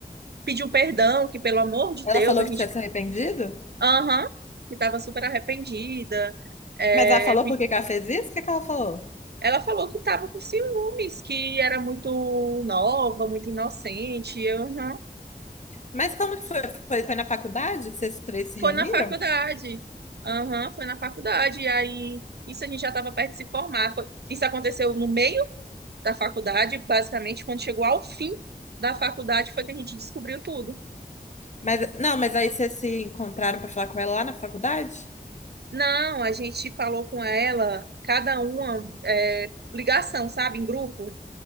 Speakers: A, on the right (about 80°); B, on the left (about 45°).
A: pediu perdão, que pelo amor de
B: Ela
A: Deus,
B: falou
A: a gente,
B: que tinha se arrependido?
A: aham, que estava super arrependida. É,
B: Mas ela falou
A: pe-
B: por que que ela fez isso? O que que ela falou?
A: ela falou que estava com ciúmes, que era muito nova, muito inocente, e eu, aham.
B: Mas como que foi? Foi, foi na faculdade? que Vocês três se
A: Foi
B: reuniram?
A: na faculdade. Aham, foi na faculdade. E aí, isso a gente já estava perto de se formar. Foi- isso aconteceu no meio da faculdade, basicamente, quando chegou ao fim da faculdade, foi que a gente descobriu tudo.
B: Mas, não, mas aí vocês se encontraram pra falar com ela lá na faculdade?
A: Não, a gente falou com ela, cada uma, é, ligação, sabe, em grupo.